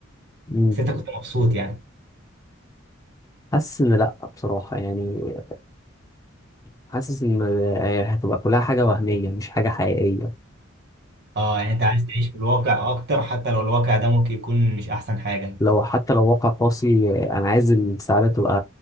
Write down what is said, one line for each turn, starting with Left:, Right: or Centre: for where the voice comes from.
Left: مم،
Right: بس انت كنت مبسوط يعني
Left: حاسس إن لأ بصراحة يعني حاسس إن هتبقى كلها حاجة وهمية مش حاجة حقيقية
Right: اه يعني انت عايز تعيش في الواقع اكتر حتى لو الواقع ده ممكن يكون مش احسن حاجه
Left: لو حتى لو واقع قاسي انا عايز السعادة تبقى